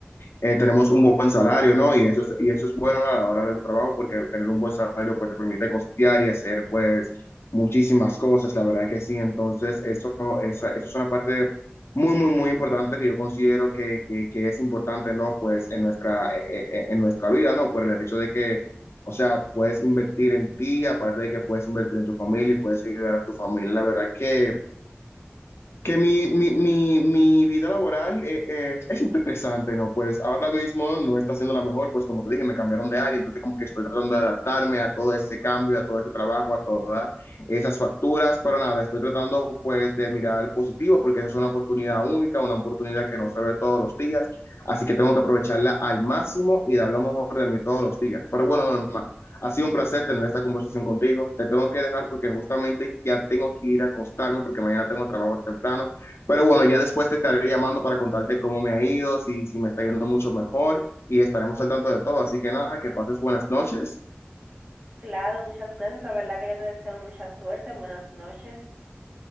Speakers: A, on the left (about 70°); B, on the right (about 30°).
A: eh, tenemos un buen salario, ¿no? Y eso es, y eso es bueno a la hora de tu trabajo porque tener un buen salario pues te permite costear y hacer pues muchísimas cosas, la verdad que sí. Entonces, eso, esa, eso es una parte muy, muy, muy importante que yo considero que, que, que es importante, ¿no? Pues en nuestra, eh, eh, en nuestra vida, ¿no? Por el hecho de que O sea, puedes invertir en ti, aparte de que puedes invertir en tu familia y puedes ayudar a tu familia. La verdad que, que mi, mi, mi, mi vida laboral eh, eh, es interesante, ¿no? Pues ahora mismo no está siendo la mejor, pues como te dije, me cambiaron de área, entonces como que estoy tratando de adaptarme a todo ese cambio, a todo ese trabajo, a todas esas facturas, pero nada, estoy tratando pues de mirar positivo porque esa es una oportunidad única, una oportunidad que no se ve todos los días, así que tengo que aprovecharla al máximo y dar lo mejor de mí todos los días. Pero bueno, Norma. Ha sido un placer tener esta conversación contigo. Te tengo que dejar porque justamente ya tengo que ir a acostarme porque mañana tengo trabajo temprano. Pero bueno, ya después te estaré llamando para contarte cómo me ha ido, si, si me está yendo mucho mejor y estaremos al tanto de todo. Así que nada, que pases buenas noches.
B: Claro, muchas gracias, la verdad que yo te deseo mucha suerte, buenas noches,